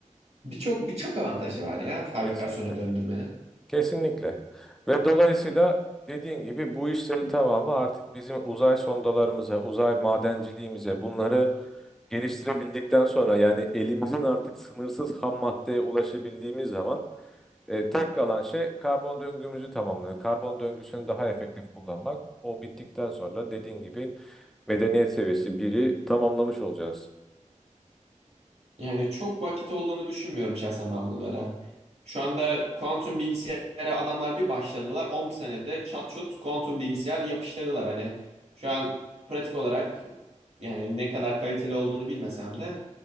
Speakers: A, on the right; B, in the centre.
A: birçok birçok avantajı var ya fabrikasyona
B: Kesinlikle.
A: döndürmenin.
B: Kesinlikle. Ve dolayısıyla dediğin gibi bu işlerin tamamı artık bizim uzay sondalarımıza, uzay madenciliğimize bunları geliştirebildikten sonra yani elimizin artık sınırsız ham maddeye ulaşabildiğimiz zaman E, tek kalan şey karbon döngümüzü tamamlıyor. Karbon döngüsünü daha efektif kullanmak. O bittikten sonra dediğin gibi medeniyet seviyesi biri tamamlamış olacağız.
A: Yani çok vakit olduğunu düşünmüyorum şahsen ben bunlara. Şu anda kuantum bilgisayara adamlar bir başladılar. 10 senede çat çut kuantum bilgisayar yapıştırdılar. Hani şu an pratik olarak yani ne kadar kaliteli olduğunu bilmesem de